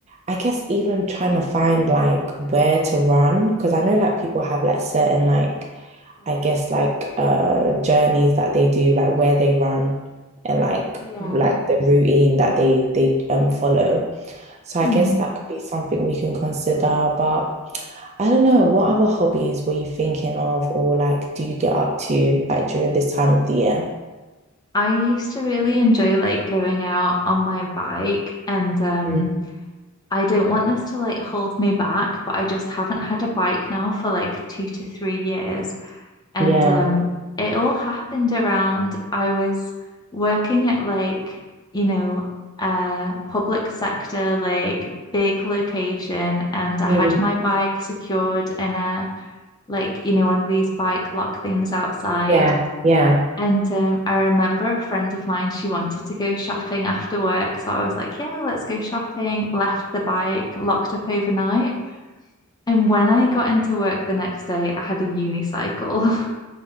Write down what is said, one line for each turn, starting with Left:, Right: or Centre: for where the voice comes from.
Right: I guess even trying to find like where to run, because I know like people have like certain like
Left: Mm.
Right: I guess like uh journeys that they do, like where they run and like
Left: Yeah.
Right: like the routine that they they um follow. So
Left: Hmm.
Right: I guess that could be something we can consider. But I don't know, what other hobbies were you thinking of or like do you get up to like during this time of the year?
Left: I used to really enjoy like going out on my bike and um
Right: Mm,
Left: I don't want this to like hold me back, but I just haven't had a bike now for like two to three years. And
Right: yeah.
Left: um, it all happened around I was working at like, you know, a public sector, like big location, and I had
Right: Mm,
Left: my bike secured in a like, you know, one of these bike lock things outside.
Right: yeah. Yeah.
Left: And um, I remember a friend of mine, she wanted to go shopping after work. So I was like, yeah, let's go shopping. Left the bike locked up overnight. And when I got into work the next day, I had a unicycle. <laughs>